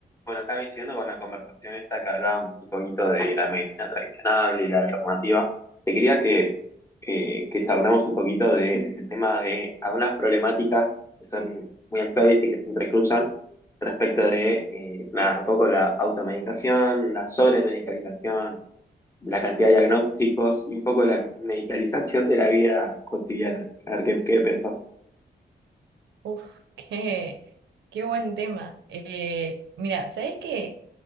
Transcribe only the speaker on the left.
Bueno, acá me siguiendo con la conversación esta que hablábamos un poquito de la medicina tradicional y la alternativa, te quería que, eh, que charlemos un poquito de- del tema de algunas problemáticas que son muy actuales y que se entrecruzan respecto de eh, nada, un poco la automedicación, la sobremedicalización, la cantidad de diagnósticos y un poco la medicalización de la vida cotidiana. A ver qué, qué pensás.